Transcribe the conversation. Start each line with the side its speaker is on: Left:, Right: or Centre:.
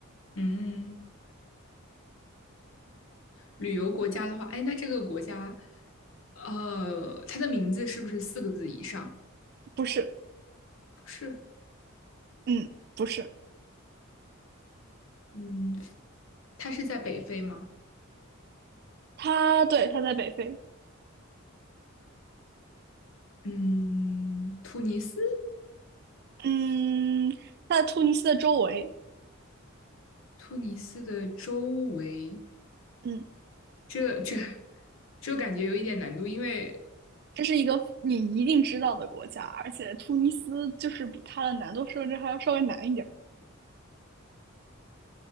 Left: 嗯，旅游国家的话，哎，那这个国家，呃，它的名字是不是四个字以上？
Right: 不是，
Left: 不是，
Right: 嗯，不是。
Left: 嗯，它是在北非吗？
Right: 它对，它在北非，
Left: 嗯，突尼斯。
Right: 嗯，它在突尼斯的周围，
Left: 突尼斯的周围，
Right: 嗯，
Left: 这这这感觉有一点难度，因为
Right: 这是一个你一定知道的国家，而且突尼斯就是比它的难度设置还要稍微难一点。